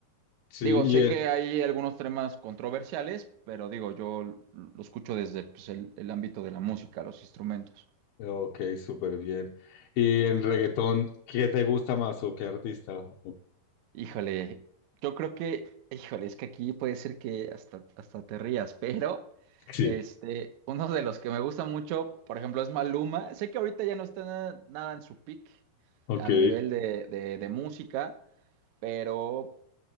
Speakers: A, on the left; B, on the right.
A: Sí,
B: Digo, sé
A: y en...
B: que hay algunos temas controversiales, pero digo, yo lo escucho desde pues, el, el ámbito de la música, los instrumentos.
A: Ok, súper bien. ¿Y en reggaetón, qué te gusta más o qué artista? O-
B: Híjole, yo creo que, híjole, es que aquí puede ser que hasta, hasta te rías, <laughs> pero
A: Sí,
B: este, uno de los que me gusta mucho, por ejemplo, es Maluma. Sé que ahorita ya no está na- nada en su peak
A: ok,
B: a nivel de, de- de música, pero